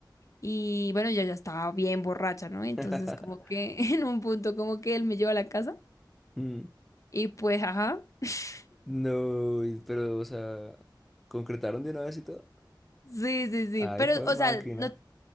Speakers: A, on the left; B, in the centre.
A: y bueno, yo ya estaba bien borracha, ¿no?
B: <laughs>
A: Entonces como que <laughs> en un punto como que él me lleva a la casa
B: Mm,
A: y pues, ajá. <laughs>
B: No, y- pero, o sea, ¿concretaron de una vez y todo?
A: Sí, sí, sí,
B: Ah,
A: pero
B: hijo de
A: o
B: máquina.
A: sea, no,